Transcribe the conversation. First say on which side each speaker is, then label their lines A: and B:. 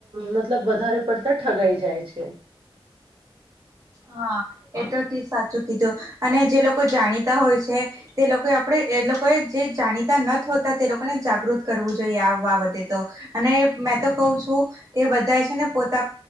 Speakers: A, on the right; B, on the right.
A: મતલબ વધારે પડતા ઠગાઈ જાય છે
B: હા એ તો સાચું કીધું અને જે લોકો જાણીતા હોય છે તે લોકો આપણેે એ લોકોએ જે જાણીતા ન થ હોતા તે લોકોને જાગૃત કરવું જોઈએ આ બાબતે તો અને મેં તો કહું છું કે વધધારે છે ને પોતા